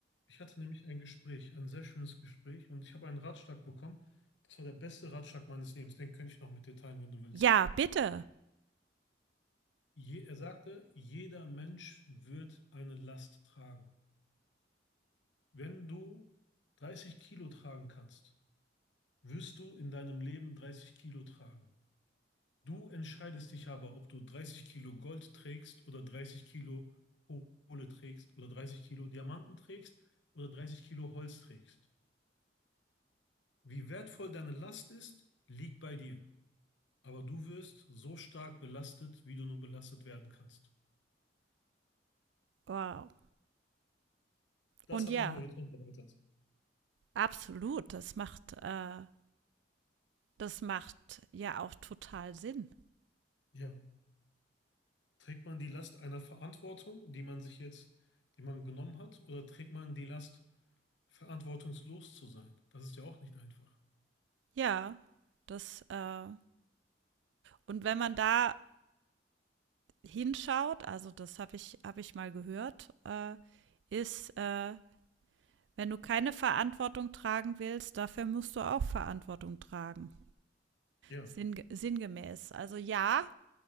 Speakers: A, on the left; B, on the right.
A: ich hatte nämlich ein Gespräch, ein sehr schönes Gespräch und ich habe einen Ratschlag bekommen. Das war der beste Ratschlag meines Lebens. Den könnte ich noch mit dir teilen, wenn du willst.
B: Ja, bitte.
A: Je, er sagte, jeder Mensch wird eine Last tragen. Wenn du 30 Kilo tragen kannst, Wirst du in deinem Leben 30 Kilo tragen? Du entscheidest dich aber, ob du 30 Kilo Gold trägst oder 30 Kilo Kohle trägst oder 30 Kilo Diamanten trägst oder 30 Kilo Holz trägst. Wie wertvoll deine Last ist, liegt bei dir. Aber du wirst so stark belastet, wie du nur belastet werden kannst.
B: Wow.
A: Das
B: Und
A: hat
B: ja,
A: meinen Horizont erweitert.
B: absolut, das macht äh, das macht ja auch total Sinn.
A: Ja. Trägt man die Last einer Verantwortung, die man sich jetzt, die man genommen hat, oder trägt man die Last, verantwortungslos zu sein? Das ist ja auch nicht einfach.
B: Ja, das äh, Und wenn man da hinschaut, also das habe ich, hab ich mal gehört, äh, ist, äh, wenn du keine Verantwortung tragen willst, dafür musst du auch Verantwortung tragen.
A: Ja,
B: Sinn, sinngemäß. Also ja,